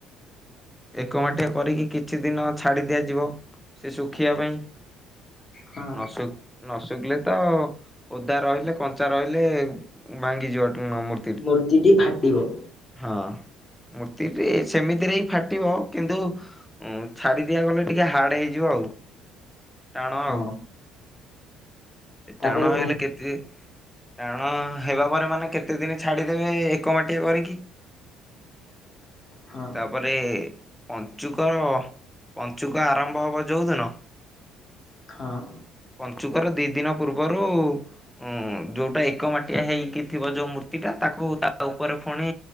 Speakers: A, in the centre; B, on the left (about 25°).
A: ଏକ ମାଟିଆ କରିକି କିଛି ଦିନ ଛାଡି ଦିଆଯିବ। ସେ ଶୁଖିବା ପାଇଁ।
B: ହଁ
A: ନସୁଖ ନ ଶୁଖିଲେ ତ ଓଦା ରହିଲେ କଞ୍ଚା ରହିଲେ ଭାଙ୍ଗି ଯିବ ନ ମୂ
B: ମୂର୍ତ୍ତିଟି ଫାଟିବ।
A: ହଁ ମୂର୍ତ୍ତିବି ସେମିତିରେ ହିଁ ଫାଟ ଫାଟିବ କିନ୍ତୁ ଉଁ ଛାଡି ଦିଆ ଗଲେ ଟିକେ ହାର୍ଡ ହେଇଯିବ ଆଉ। ଟାଣ
B: ହଁ
A: ଆଉ। ସେ
B: ତାପରେ
A: ଟାଣ ହେଇଗଲେ
B: କୁ
A: କେତେ ଦେ ଟାଣ ହେବା ପରେ ମାନେ କେତେ ଦିନ ଛାଡିଦେବେ ଏକ ମାଟିଆ କରିକି।
B: ହଁ
A: ତାପରେ ପଞ୍ଚୁକ ପଞ୍ଚୁକ ଆରମ୍ଭ ହବ ଯୋଉଦିନ
B: ହଁ।
A: ପଞ୍ଚୁକର ଦି ଦିନ ପୂର୍ବରୁ ଉଁ ଯୋଉଟା ଏକ ମାଟିଆ ହେଇକି ଥିବ ଯୋଉ ମୂର୍ତ୍ତିଟା ତାକୁ ତା ଉପରେ ଫୁଣି